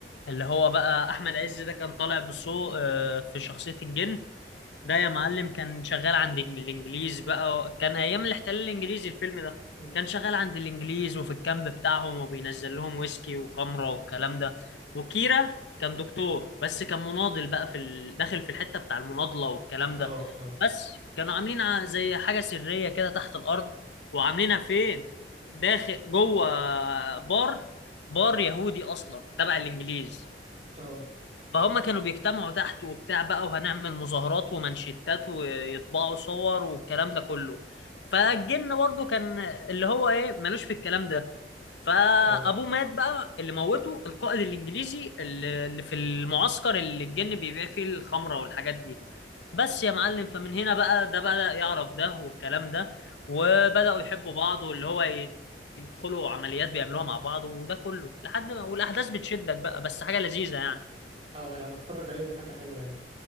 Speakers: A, on the left; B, on the right.
A: اللي هو بقى احمد عز ده كان طالع بصو آه، في شخصية الجن ده يا معلم كان شغال عند الانجليز بقى كان ايام الاحتلال الانجليزي الفيلم ده
B: مم.
A: كان شغال عند الانجليز وفي الكامب بتاعهم وبينزل لهم ويسكي وخمره والكلام ده وكيرا كان دكتور بس كان مناضل بقى في ال... داخل في الحته بتاع المناضله والكلام
B: <laughs> اه
A: ده
B: اه
A: بس كانوا عاملين ع- زي حاجه سريه كده تحت الارض وعاملينها فين داخل جوه بار بار يهودي اصلا تبع الانجليز
B: اه
A: فهم كانوا بيجتمعوا تحت وبتاع بقى وهنعمل مظاهرات ومانشيتات ويطبعوا صور والكلام ده كله فالجن برضه كان اللي هو ايه مالوش في الكلام ده فابوه
B: اه
A: مات بقى اللي موته القائد الانجليزي اللي اللي في المعسكر اللي الجن بيبيع فيه الخمره والحاجات دي بس يا معلم فمن هنا بقى ده بدأ يعرف ده والكلام ده وبدأوا يحبوا بعض واللي هو ي- يدخلوا عمليات بيعملوها مع بعض وده كله لحد ما والاحداث بتشدك بقى بس حاجه لذيذه يعني
B: اه يعني اتفرج عليه ده حاجة حلوة يعني